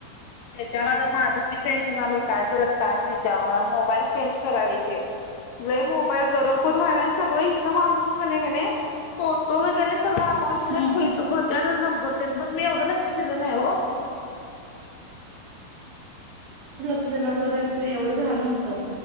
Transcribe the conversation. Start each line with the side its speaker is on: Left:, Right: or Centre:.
Left: त्याच्यामध्ये माझं ते टेन्शन आलंय काय करायचं काय माहित आओ मला मोबाईल चेंज कराय पाहिजे. लय मोबाईल गरम पण व्हालाय सगळं. होतंन मागून कणी फोटो वगैरे सगळं परत डिलिट
Right: हम्म
Left: होत्यातच नंबर तरी पण मी एवढं लक्ष दिलं नाही ओ.
Right: दिला असता तर एवढं झाल नसतं.